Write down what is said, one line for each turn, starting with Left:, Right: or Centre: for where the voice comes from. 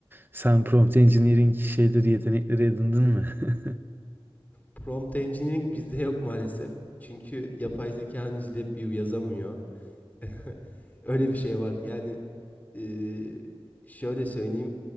Right: Sen prompt engineering şeyleri yetenekleri edindin mi? <laughs>
Left: Prompt Engineering bizde yok maalesef. Çünkü yapay zeka henüz LabVIEW yazamıyor. <laughs> Öyle bir şey var. Yani Eee, şöyle söyleyeyim,